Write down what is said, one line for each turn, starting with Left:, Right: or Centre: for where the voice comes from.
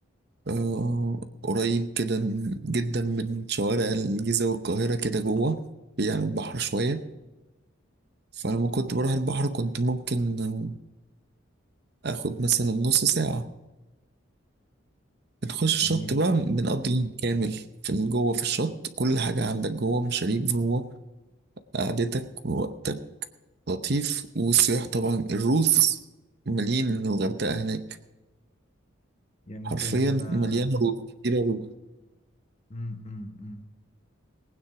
Right: آه قريب كده جدا من شوارع الجيزة والقاهرة كده جوه يعني البحر شوية فلما كنت بروح البحر كنت ممكن آه، اخد مثلا نص ساعة بنخش الشط
Left: جميل
Right: بقى بنقضي يوم كامل في جوه في الشط كل حاجة عندك جوه مشاريب جوه قعدتك ووقتك لطيف والسياح طبعا الروث مليان الغردقة هناك
Left: يمكن
Right: حرفيا
Left: آه،
Right: مليانة روث كتيرة روث
Left: مم، مم، مم.